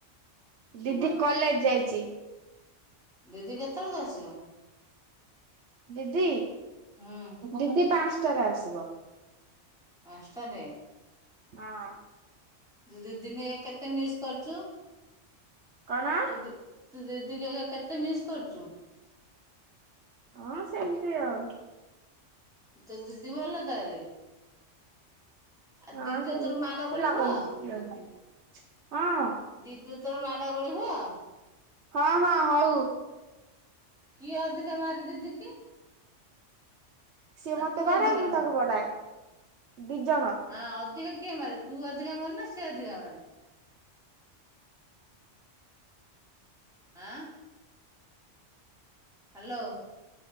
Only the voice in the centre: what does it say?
ଦିଦି କେତେବେଳକୁ ଆସିବ?
ହୁଁ
ପାଞ୍ଚଟାରେ?
ତୁ ଦିଦିକି କେତେ ମିସ୍ କରିଛୁ?
ତୁ ଦି ତୁ ଦିଦିକୁ ଏଇଖା କେତେ ମିସ୍ କରୁଛୁ?
ତୋ ଦିଦି ଭଲ ତାହେଲେ? ଆଉ
ଦିଦି
ତୋର ମାଡ ଗୋଳି
ହୁଅ?
ଦିଦି ତୋର ମାଡ ଗୋଳି ହୁଅ?
କିଏ ଅଧିକା ମାରେ ଦିଦି କି?
ନା
ତୁ
ଅଧିକା
ମାରୁ?
ହଁ ଅଧିକା କିଏ ମାରେ ତୁ ଅଧିକା ମାରୁ ନା ସେ ଅଧିକା ମାରେ? ଆଁ। ହାଲୋ।